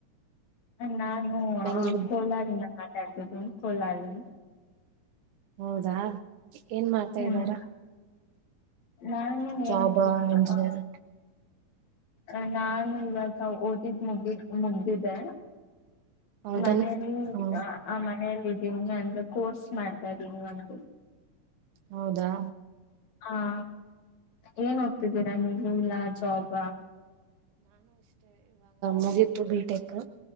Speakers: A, on the left; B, on the right.
A: ನಾನು
B: ಬೆಂಗ್ಳೂರು
A: ಕೋಲಾರಿಂದ ಮಾತಾಡ್ತ ತು ಕೊಲ <unintelligible>
B: ಹೌದಾ ಏನ್ ಮಾಡ್ತಾ
A: ಹ್ಮ್
B: ಇದ್ದಾರ
A: ನಾನು
B: ಜಾಬ್ ಇಂಜಿನಿಯರ್
A: ಆ ಅ ನಾನು ಇವಾಗ ಓದಿದ್ ಮುಗಿದ ಮುಗ್ದಿದ್ದೆ
B: ಹೌದನ್
A: ಮನೇೆಯಲ್ಲಿ
B: ಹ್ಮ
A: ಆ ಮ ಹೇಳಿದ್ದೀನ ಅಂದ್ರೆ ಕೋರ್ಸ್ ಮಾಡ್ತಾ ಇದ್ದೀನಿ ಒಂದು
B: ಹೌದಾ
A: ಹಾ ಏನ್ ಓದುತ್ತಿದ್ದೀರಾ ನೀವು ಇಲ್ಲಾ ಜಾಬ
B: ಮುಗಿತ್ತು ಬೀಟೆಕ್